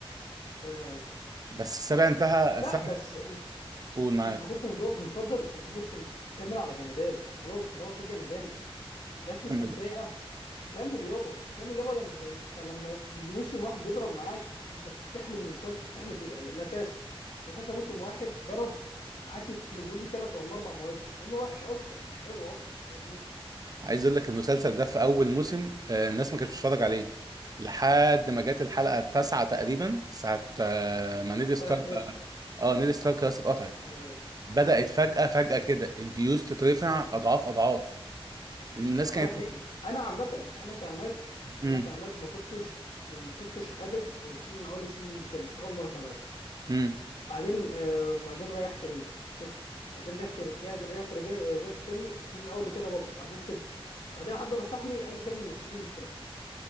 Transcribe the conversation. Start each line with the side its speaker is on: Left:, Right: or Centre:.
Left: ايوه ايوه
Right: بس السابع انتهى السابع
Left: لا بس انت
Right: قول معاك
Left: انت كنت مفضل, مفضل انت كنت مكمل على جمدان خلاص طالما في جمدان الناس مش
Right: كمل.
Left: متضايقه كمل يابا كمل يابا ده, ده انت لما موسم واحد بيضرب معاك انت بتحلب المسلسل بتحلب إيه؟ لا كاسا لا كاسا موسم واحد ضرب قعدت تحلبه لي ثلاث ولا اربع مواسم هو وحش اصلا مش حلو اصلا فاهمني
Right: عايز اقول لك المسلسل ده في
Left: يعني
Right: اول موسم آه، الناس ما كانتش بتتفرج عليه لحد ما جت الحلقه التاسعه تقريبا ساعه آه، ما نيد ستارك
Left: بتاعت ند
Right: اه نيد ستارك خلاص اتقطعت
Left: ايوه ايوه
Right: بدات فجاه فجاه كده الفيوز تترفع اضعاف اضعاف الناس كانت
Left: اه ده حقيقي انا عامه انا كعماد
Right: امم
Left: انا كعماد ما كنتش ما كنتش حابب السيزون الاول والسيزون التاني في اول مره تابعته
Right: امم <laughs>
Left: بعدين آه بعدين ريحت منه سبته بعدين رحت ورجعت رجعت رجعت رجعت تاني السيزون الاول وتاني برضه بعدين سبته بعدين حد نصحني قال لي كمل السيزون التالت